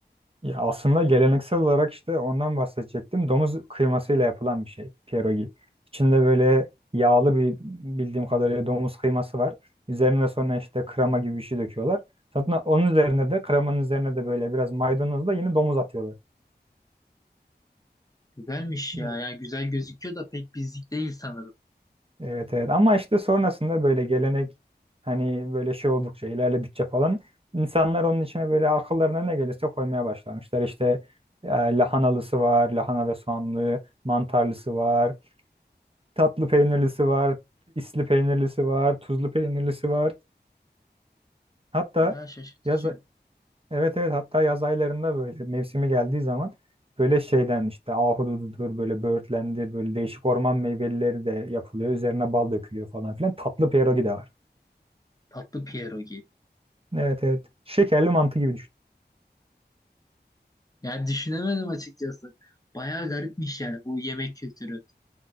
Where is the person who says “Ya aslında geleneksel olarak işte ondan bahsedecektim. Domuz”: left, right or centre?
Right